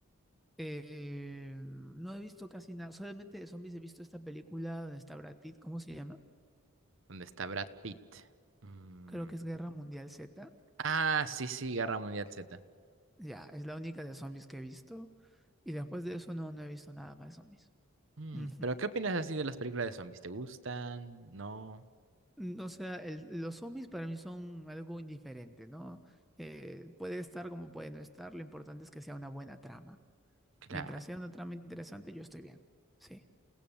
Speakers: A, in the centre; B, on the right.
A: Eh, no he visto casi nada, solamente de zombies he visto esta película donde está Brad Pitt, ¿cómo se llama?
B: ¿Dónde está Brad Pitt? Mm,
A: Creo que es Guerra Mundial Z.
B: Ah, sí, sí, Guerra Mundial Z.
A: Ya, es la única de zombies que he visto. Y después de eso no, no he visto nada más de zombies.
B: Mm,
A: Ujú.
B: pero ¿qué opinas así de las películas de zombies? ¿Te gustan? No,
A: Mm, O sea, el- los zombies para mí son algo indiferente, ¿no? Eh, puede estar como puede no estar, lo importante es que sea una buena trama.
B: claro.
A: Mientras sea una trama interesante, yo estoy bien. Sí.